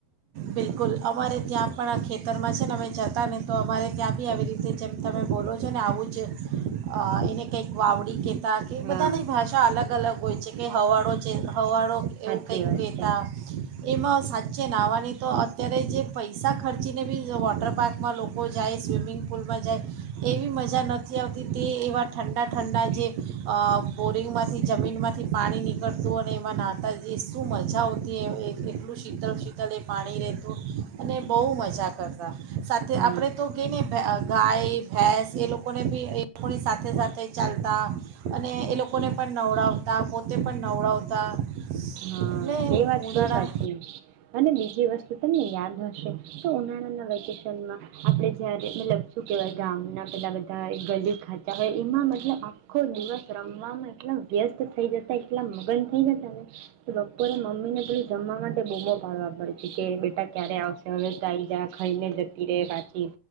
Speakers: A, on the right; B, on the right.
A: બિલકુલ અમારે ત્યાં પણ આ ખેત તરમાં છે, ને અમે જતા ને તો અમારે ત્યાં બી આવી રીતે જેમ તમે બોલો છો ને આવું જ અહ એને કંઈક વાવડી કે તા
B: હા
A: બધાની ભાષા અલગ અલગ હોય છે કે, હવાડો છે હવાડો
B: સાચી
A: એવું કંઈક
B: વાત
A: કહેતા
B: છે
A: એમાં સાચે નાવાની અહ અત્યારે જે પૈસા ખર્ચીને બી વોટર પાર્કમાં લોકો જાય, સ્વિમિંગ પુલમાં જાય, એવી મજા નથી આવતી તે એવા ઠંડા ઠંડા જે અહ બોરિંગ માંથી જમીન માંથી પાની નીકળતું અને એમાં નહતા એ શું મજા હોતી એ એ એટલું શીતલ શીતલ એક પાણી રહેતું અને બહુ મજા કરતા. સાથે
B: હા
A: આપડે તો કે ને અહ ગાય ભેંસ એ લોકોને બી એ લોકોની સાથે સાથે ચાલતા અને એ લોકોને પણ નવડાવતા પોતે પણ નવડાવતા
B: હા,
A: એટલે
B: એ વાત
A: ઉનાળા
B: તો સાચી અને બીજી વસ એ તમે યાદ હશે તો, ઉનાળાના વેકેશનમાં આપડે જ્યારે મતલબ શું કે ગામના પેલા બધા ગલી ખાચા હોય એમાં મતલબ આખો દિવસ રમવામાં એટલા વ્યસ્ત થઈ જતા એટલા મગન થઈ જતા ને તો બ પરે મમ્મીને પેલું જમવા માટે બોમો પાડવા પડતી કે, બેટા ક્યારે આવશે હવે તો આઈ જા ખાઈને જતી રહે પાછી